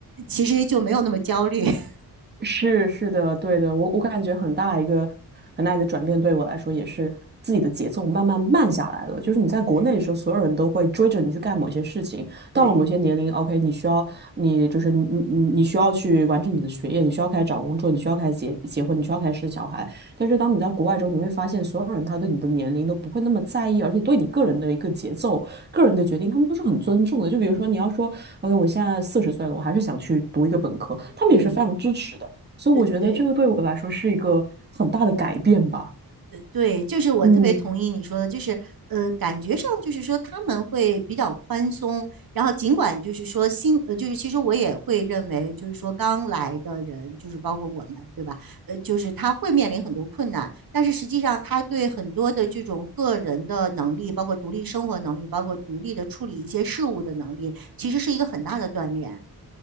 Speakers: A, on the right; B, on the right.
A: 其实就没有那么焦虑。<laughs>
B: 是是的，对的，我我感觉很大一个很大一个转变，对我来说也是自己的节奏慢慢慢下来了。就是你在国内的时候，
A: 对
B: 所有人都会追着你去干某些事情，到了某些年龄，OK，
A: 对
B: 你需要你就是你你你你需要去完成你的学业，你需要开始找工作，你需要开始结结婚，你需要开始生小孩。但是当你在国外之后，
A: 对
B: 你会发现所有人他对你的年龄都不会那么在意，而且对你个人的一个节奏、个人的决定，他们都是很尊重的。就比如说你要说，OK，我现在四十岁了，我还是想去读一个本科，他们也是非常支持的。
A: 对，
B: 所以我觉得这个对我来说是一个很大的改变吧。
A: 呃对。对，就是我特别同意你说的，
B: 嗯，
A: 就是呃，感觉上就是说他们会比较宽松，然后尽管就是说新呃，就是其实我也会认为，就是说刚来的人，就是包括我们，对吧？呃，就是他会面临很多困难，但是实际上他对很多的这种个人的能力，包括独立生活能力，包括独立的处理一些事物的能力，其实是一个很大的锻炼。